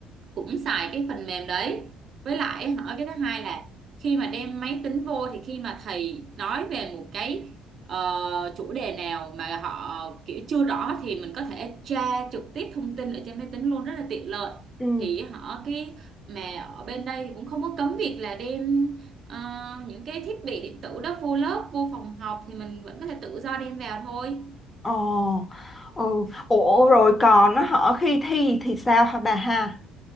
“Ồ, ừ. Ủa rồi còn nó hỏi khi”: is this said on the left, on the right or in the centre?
Left